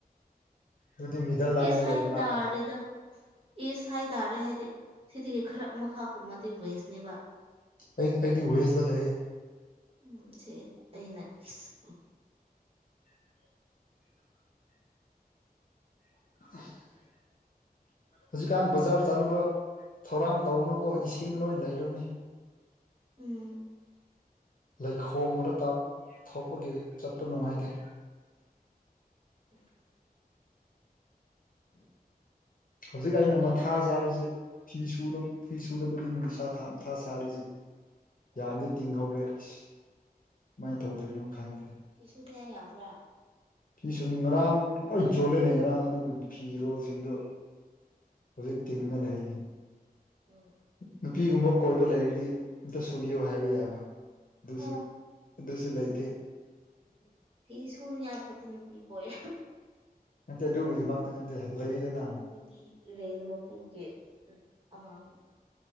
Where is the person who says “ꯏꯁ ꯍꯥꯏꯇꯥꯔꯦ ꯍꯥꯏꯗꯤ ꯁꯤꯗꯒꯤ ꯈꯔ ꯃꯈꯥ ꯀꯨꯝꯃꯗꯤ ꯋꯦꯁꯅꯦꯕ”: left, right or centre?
Right